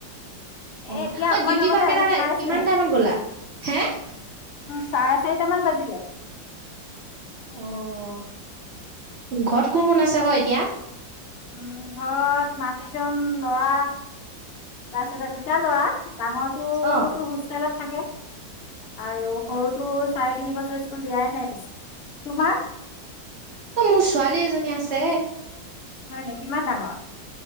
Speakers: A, on the right; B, on the left.
A: অ
B: এ' এতিয়া
A: অ
B: অকন
A: ডিউটি
B: আগতে
A: বা কেইটা
B: আহি পাইছোহে।
A: কিমান টাইমত গ'লা? হে?
B: চাৰে চাৰিটা মান বাজিলে।
A: অ', ঘৰত কোন, কোন আছে আকৌ এতিয়া?
B: উম, ঘৰত মানুহজন, ল'ৰা তাৰপিছতে দুটা ল'ৰা। ডাঙৰটোতো
A: অ।
B: হোষ্টেলত থাকে, আৰু
A: অ
B: সৰুটো চাই তিন বছৰ স্কুল দিয়াই নাই পিছে, তোমাৰ?
A: অ', মোৰ ছোৱালী এজনী আছে।
B: হয় নি কিমান ডাঙৰ?